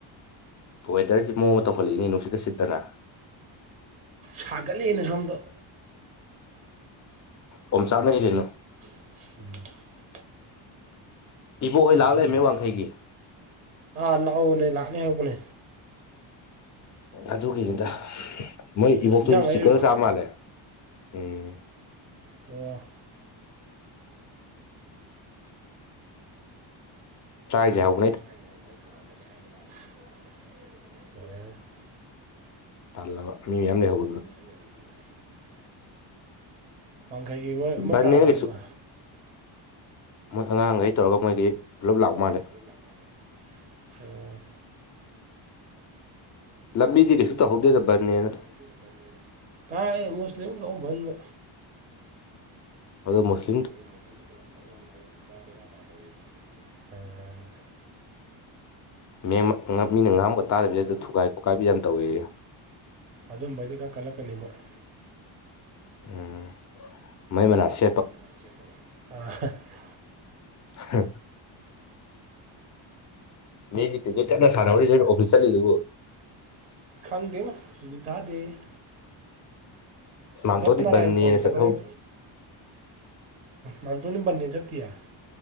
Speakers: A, on the left; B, on the right.
A: ꯋꯦꯗꯔꯁꯤ ꯃꯑꯣꯡ ꯑꯃ ꯇꯧꯈꯠꯂꯛꯏꯅꯤ ꯅꯨꯡꯁꯤꯠꯀ ꯁꯤꯠꯇꯅ
B: ꯁꯥꯒꯠꯂꯤꯅ ꯁꯣꯝꯗꯣ
A: ꯑꯣꯝ ꯆꯥꯛ ꯅꯔꯛꯏꯗꯥ
B: ꯝ <unintelligible>
A: ꯏꯕꯣꯍꯣꯏ ꯂꯥꯛ
B: ꯐꯝꯗꯣꯏꯅꯤ
A: ꯂꯩꯃꯤ ꯋꯥꯡꯈꯩꯒꯤ
B: ꯑꯥ ꯂꯥꯛꯍꯧꯕꯅꯦ ꯂꯥꯛꯅꯤ ꯍꯧꯕꯅꯦ
A: ꯑꯗꯨꯒꯤꯅꯤꯗ ꯃꯣꯏ ꯏꯕꯣꯛꯇꯨꯖꯨ
B: ꯏꯟꯖꯥꯡ ꯂꯩꯔꯨꯏꯔꯥ
A: ꯆꯤꯛꯀꯜ ꯆꯥ ꯃꯥꯜꯂꯦ ꯎꯝ
B: ꯑꯣ
A: ꯇꯔꯥꯏꯖꯥꯎ
B: ꯑꫭ
A: ꯇꯜꯂꯕ ꯃꯤ ꯃꯌꯥꯝ ꯂꯩꯍꯧꯕ
B: <unintelligible> ꯋꯥꯡꯈꯩꯒꯤ ꯃꯣꯏ ꯃꯣꯏ
A: ꯕꯟꯅꯦꯅ
B: ꯀꯅꯥ ꯀꯅꯥ ꯂꯩꯍꯧꯔꯤꯕ
A: ꯀꯩꯁꯨ ꯃꯣꯏ ꯑꯉꯥꯡꯒꯩ ꯇꯧꯔꯒ ꯃꯣꯏꯗꯤ ꯄꯨꯂꯞ ꯂꯥꯛ ꯃꯥꯜꯂꯦ
B: ꯑꯗꯨ ꯂꯥꯛ ꯃꯥꯅꯦ ꯑꫭ
A: ꯂꯝꯕꯤꯗꯤ ꯀꯩꯁꯨ ꯇꯧꯍꯧꯗꯦꯗꯕꯅꯦꯅ
B: <unintelligible> ꯀꯥꯏ ꯃꯁꯂꯤꯝ ꯀꯧꯕ ꯕꯟꯕꯨ
A: ꯑꯗꯨ ꯃꯁꯂꯤ
B: <unintelligible>
A: ꯃꯦꯝ ꯃꯤꯅ ꯉꯥꯡꯕ ꯇꯥꯔꯤꯕꯗꯩꯗ ꯊꯨꯒꯥꯏ ꯈꯣꯠꯀꯥꯏꯕ ꯌꯥꯝ ꯇꯧꯋꯤꯌ‌ꯦ
B: ꯑꯗꯨ ꯕꯩꯗꯤ ꯈꯔ ꯀꯟꯂꯛꯀꯅꯤ ꯃꫭꯏ
A: ꯎꯝ ꯃꯩ ꯃꯅꯥꯁꯤ
B: <unintelligible>
A: ꯍ ꯃꯤꯗꯤ ꯀꯤꯀ‌ꯦꯠ ꯀꯟꯅ ꯁꯥꯟꯅꯧꯔꯤ ꯑꯣꯐꯤꯁ ꯆꯠꯂꯤꯗꯨꯕꯨ
B: ꯈꯪꯗꯅ ꯁꯨꯇꯤ ꯊꯥꯗ‌ꯦꯌ‌ꯦ
A: ꯃꯥꯝꯇꯣꯟꯗꯤ
B: ꯑꯣꯖꯥ ꯅꯔꯥꯌꯟ
A: ꯕꯟꯅꯦꯅ
B: ꯐꯟ ꯇꯧꯔꯛꯀꯅ‌ꯦ
A: ꯆꯠꯍꯧ
B: ꯅꯥꯟꯊꫭꯏ ꯕꯟꯅ‌ꯦ ꯆꯠꯇ‌ꯦ